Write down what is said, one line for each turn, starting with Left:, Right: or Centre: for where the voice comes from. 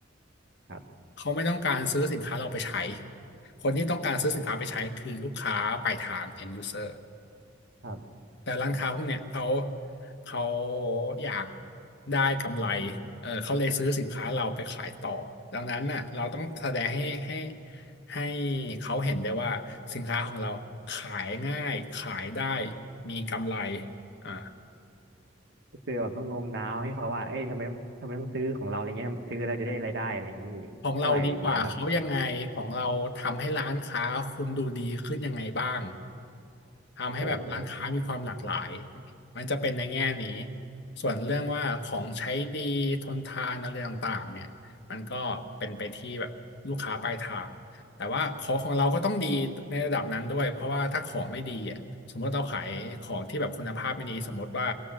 Right: ครับ
Left: เขาไม่ต้องการซื้อสินค้าเราไปใช้ คนที่ต้องการซื้อสินค้าไปใช้คือลูกค้าปลายทาง end user
Right: ครับ
Left: แต่ร้านค้าพวกเนี้ยเขาเขาอยากได้กำไรเออเขาเลยซื้อสินค้าเราไปขายต่อ ดังนั้นน่ะเราต้องแสดงให้ให้ให้เขาเห็นได้ว่าสินค้าของเราขายง่ายขายได้มีกำไรอ่า
Right: คือแบบต้องโน้มน้าวให้เขาว่าเอ้ยทำไมต้องทำไมต้องซื้อของเราอะไรเงี้ยซื้อแล้วจะได้รายได้อะไรอย่างนี้เท่าไหร่อะไรอย่างนี้นะครับ
Left: ของเราดีกว่าเขายังไงของเราทำให้ร้านค้าคุณดูดีขึ้นยังไงบ้าง ทำให้แบบร้านค้ามีความหลากหลาย
Right: โอ้โห
Left: มันจะเป็นในแง่นี้ ส่วนเรื่องว่าของใช้ดีทนทานอะไรต่างๆเนี่ยมันก็เป็นไปที่แบบลูกค้าปลายทางแต่ว่าของของเราก็ต้องดีในระดับนั้นด้วย เพราะว่าถ้าของไม่ดีอ่ะสมมติเราขายของที่แบบคุณภาพไม่ดีสมมติว่า